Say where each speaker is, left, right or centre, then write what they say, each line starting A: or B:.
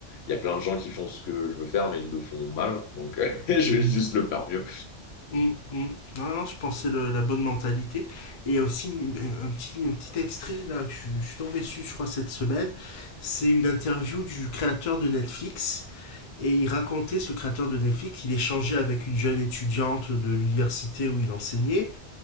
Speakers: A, on the left; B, on the left.
A: il y a plein de gens qui font ce que je veux faire, mais ils le font mal, donc euh, <laughs> je vais juste le faire mieux.
B: Mm, mm. Non, non, je pensais le- la bonne mentalité. Et il y a aussi une- un, petit, un petit extrait là, que je, je suis tombé dessus, je crois, cette semaine. C'est une interview du créateur de Netflix. Et il racontait, ce créateur de Netflix, qu'il échangeait avec une jeune étudiante de l'université où il enseignait